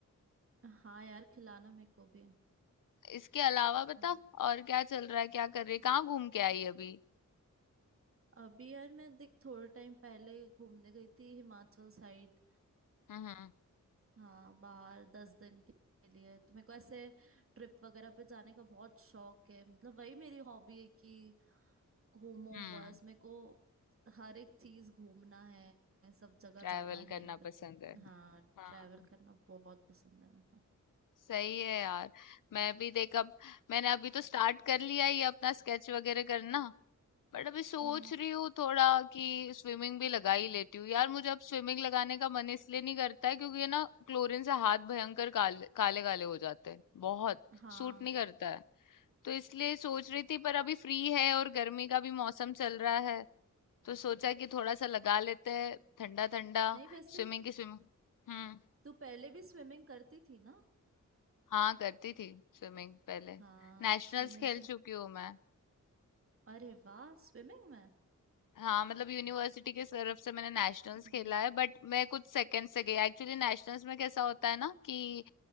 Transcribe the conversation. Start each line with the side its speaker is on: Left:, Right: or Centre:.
Right: हाँ यार खिलाना मेरे को भी
Left: इसके अलावा बता
Right: है।
Left: और क्या चल रहा है, क्या कर रही है, कहाँ घूम के आई अभी?
Right: अभी यार मैं देख थोड़े टाइम पहले घूमने गई थी हिमाचल साइड
Left: हम्म
Right: हाँ बाहर दस दिन के लिए तो मेरे को ऐसे ट्रिप वगैरह पे जाने का बहुत शौक है मतलब वही मेरी हॉबी है कि घूमो
Left: हम्म
Right: बस मेरे को हर एक चीज घूमना है सब जगह
Left: ट्रैवल
Right: जाना
Left: करना
Right: है बस
Left: पसंद है।
Right: हाँ
Left: हाँ
Right: ट्रैवल करना बहुत पसंद है मेरे को
Left: सही है यार मैं भी देख अब मैंने अभी तो स्टार्ट कर लिया ये अपना स्केच वगैरह करना बट अभी सोच
Right: हम्म
Left: रही हूँ थोड़ा कि स्विमिंग भी लगा ही लेती हूँ यार मुझे अब स्विमिंग लगाने का मन इसलिए नहीं करता है क्योंकि ये ना क्लोरीन से हाथ भयंकर काले काले काले हो जाते हैं बहुत
Right: हाँ
Left: सूट नहीं करता है तो इसलिए सोच रही थी पर अभी फ्री है और गर्मी का भी मौसम चल रहा है तो सोचा कि थोड़ा सा लगा लेते हैं ठंडा ठंडा
Right: नहीं वैसे
Left: स्विमिंग की स्विमिंग हम्म
Right: तू पहले भी स्विमिंग करती थी ना
Left: हाँ करती थी स्विमिंग पहले
Right: हाँ
Left: नेशनल्स
Right: स्विमिंग
Left: खेल
Right: पे
Left: चुकी हूँ मैं
Right: अरे वाह स्विमिंग में
Left: हाँ मतलब यूनिवर्सिटी के तरफ से मैंने नेशनल्स
Right: हम्म
Left: खेला है बट मैं कुछ सेकंड से गई एक्चुअली नेशनल्स में कैसा होता है ना कि